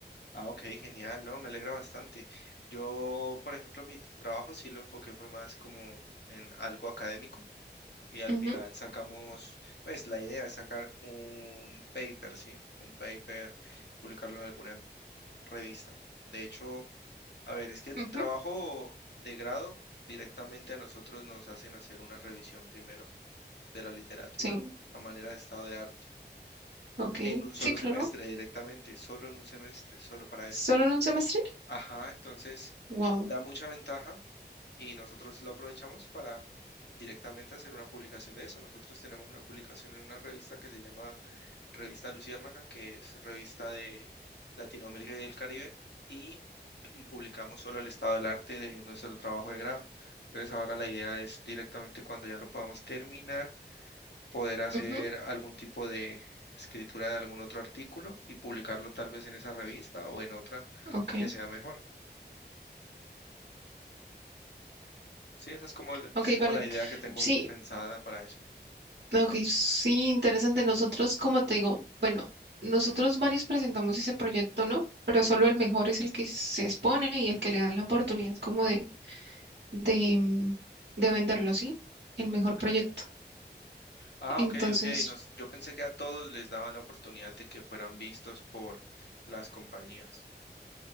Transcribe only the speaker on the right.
Ujú,
ujú,
Sí,
ok,
sí, claro.
¿Solo en un semestre?
Wow.
Ujú,
ok,
ok,
vale.
Sí,
ok, sí, interesante. Nosotros, como te digo, bueno, nosotros varios presentamos ese proyecto, ¿no? Pero solo el mejor es el que se expone y el que le dan la oportunidad como de, de, mm, de venderlo, ¿sí? El mejor
proyecto.
Entonces,